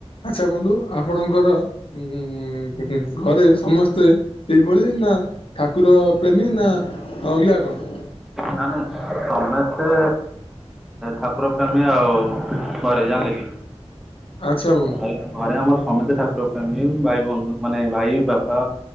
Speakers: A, on the left; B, in the centre.
A: ଆଚ୍ଛା ବନ୍ଧୁ ଆପଣଙ୍କର ଉ ଘରେ ସମସ୍ତେ ଏଇଭଳି ନା ଠାକୁର ପ୍ରେମୀ ନା ଅଲଗା କଣ।
B: ନା ନାଇଁ ସମେସ୍ତେ ଠାକୁର ପ୍ରେମୀ ଆଉ ଘରେ ଜାଣିଲେ କି?
A: ଆଚ୍ଛା ବନ୍ଧୁ।
B: ଘରେ ଘରେ ଆମର ସମେତେ ଠାକୁର ପ୍ରେମୀ ଭାଇ ବନ୍ଧୁ ମାନେ ଭାଇ ବାପା।